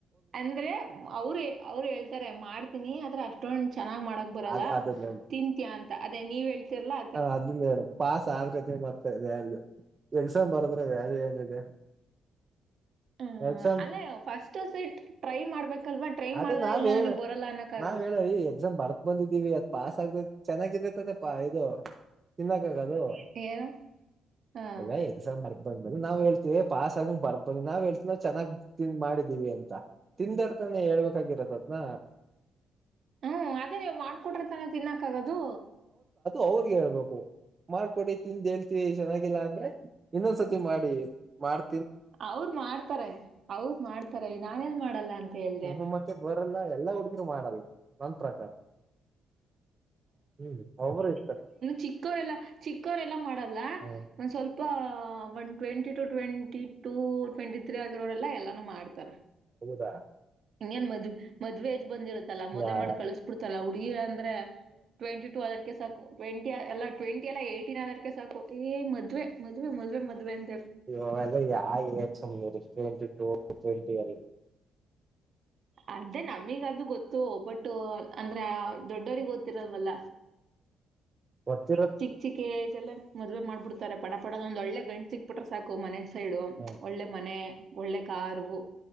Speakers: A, on the right (about 55°); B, on the right (about 35°).
A: ಅಂದ್ರೆ ಅವರು ಅವ್ರು ಹೇಳ್ತಾರೆ ಮಾಡ್ತೀನಿ ಮಾತ್ರ ಚ <unintelligible> ಚೆನ್ನಾಗ್ ಮಾಡಕ್ ಬರಲ್ಲ
B: ಅದ್ ಅದನ್ನೇ
A: ತಿಂತೀಯಾ ಅಂತ ಅದೇ ನೀವು ಹೇಳ್ತಿರಲ್ಲಾ
B: ಹ ಅದ ಹೇಳ್ ಪಾಸ್ ಆದ್ರೆ ಮತ್ತೆ ವ್ಯಾಲ್ಯ ಎಕ್ಸಾಮ್ ಬರದ್ರೆ ವ್ಯಾಲ್ಯೂ ಏನಿದೆ
A: ಹ್ಮ್
B: ಎಕ್ಸಾಮ್
A: ಅಲ್ಲೇ ಫಸ್ಟ್ ಸಟ್ ಟ್ರೈ ಮಾಡ್ಬೇಕಲ್ವಾ ಟ್ರೈ
B: ಅದ
A: ಮಾಡ್ದ
B: ನಾವ್
A: ಇಲ್ಲ
B: ಹೇಳ
A: ನನಗ್ ಬರಲ್ಲ ಅನ್ನಕ್ಕ ಆಗಲ್ಲ
B: ನಾವ್ ಹೇಳ ಈ ಎಕ್ಸಾಮ್ ಬರ್ದ್ ಬಂದಿದ್ದೀವಿ ಅದ್ ಪಾಸ್ ಆಗ್ಬೇಕ ಚೆನ್ನಾಗಿದೈತದ ಪಾ ಇದು ಇ <unintelligible> ದು <unintelligible>
A: ಏನು ಹಾಂ
B: ಈಗ ಎಕ್ಸಾಮ್ ಮಾಡರ್ಬ ಬಂದ ಮ್ರ ನಾವ್ ಹೇಳ್ತಿವಿ ಪಾಸ್ ಆಗಂಗ ಬರ್ಬನ್ನಿ ನಾವ್ ಹೇಳ್ತ ನಾವ್ ಚೆನ್ನಾಗ <unintelligible> ದನ್ ಮಾಡಿದಿವವಿ ಅಂತ ತಿಂದರ್ <unintelligible> ನೆ ಹೇಳಬೇಕಾಗಿರೋದ್ದನ
A: ಹ್ಮ್ ಅದೇ ನೀವು ಮಾಡ್ಕೊಟ್ರ ತನ ತಿನ್ನಕ್ಕ ಆಗದು
B: ಹೌ ಹೇಳ್ಬೇಕು ಮಾಡ್ಕೊಡಿ ತಿಂದ ಹೇಳ್ತಿವಿ ಚೆನ್ನಾಗಿಲ್ಲ ಅಂದ್ರೆ ಇನ್ನೊಂದ್ಸತಿ ಮಾಡಿ ಮಾಡ್
A: ಅವ್ರ ಮಾಡ್ತಾರೆ ಅವ್ರ ಮಾಡ್ತಾರೆ ನಾನ ಎಲ್ ಮಾಡಲ್ಲ ಅಂತ ಹೇಳ್ದ
B: ಹ್ಮ್ ಮತ್ತೆ ಬರಲ್ಲ ಎಲ್ಲಾ ಹುಡ್ಗಿರು ಮಾಡಲ್ಲ ನನ್ ಪ್ರಕಾರ ಹ್ಮ್ ಒಬರು ಇರ್ತಾರೆ
A: ಚಿಕ್ಕರೆ ಎಲ್ಲ ಚಿಕ್ಕರೆ ಎಲ್ಲ ಮಾಡ <unintelligible> ಲ್ಲ
B: ಹ್ಮ
A: ಒ ಸ್ವಲ್ಪ <unintelligible> ಸ್ one twenty two twenty two twenty three ಆಗಿರೋರೆಲ್ಲ ಎಲ್ಲಾನು ಮಾಡ್ತಾರೆ
B: ಹೌದಾ
A: ಇನ್ ಮಧೆ ಮಧುವೆಜ <unintelligible> ಬಂದಿರತ್ತಲ್ಲ ಮದೆ
B: ಯಾ
A: ಮಾಡಿ ಕಳಿಸ್ ಬಿಡತಲ್ಲ ಹುಗಿ ಅಂದ್ರೆ ಟ್ವೆಂಟಿ ಟು ಅದ ಸಾಕು ಟ್ವೆಂಟಿ ಎಲ್ಲ ಟ್ವೆಂಟಿ ಎಲ್ಲಏಯ್ಟೀನ್ ಅದರ್ಕ್ಕೆ ಸಾಕು ಏ ಮದ್ವೆ ಮದ್ವೆ ಮದುವೆ ಮದ್ವೆ ಅಂತ <unintelligible>
B: ಅಯಲ್ಲ ಯ ಸನೂ <unintelligible> ಟ್ವೆಂಟಿ ಟು ಟ್ವೆಂಟಿ ಒನ್
A: ಅದೇ ನಮಗ ಅದು ಗೊತ್ತು ಬಟ್ ಅಂದ್ರ ದೊಡ್ಡವ್ರ ಗೊತ್ತಿರಲ್ವಲ್ಲ
B: ಗೊತ್ತಿರ
A: ಚಿಕ್ ಚಿಕೆ <unintelligible> ಲ್ಲ ಮದ್ವೆ ಮಾಡ್ಬಿಡ್ತಾರೆ ಪಡ ಪೋದ ಒಂದ ಒಳ್ಳೆ ಗಂಡು ಸಿಕ್ಬಿಟ್ರೆ ಸಾಕು ಮನೆ <unintelligible> ಸೈಡು
B: ಹ
A: ಒಳ್ಳೆ ಮನೆ ಒಳ್ಳೆ ಕಾರು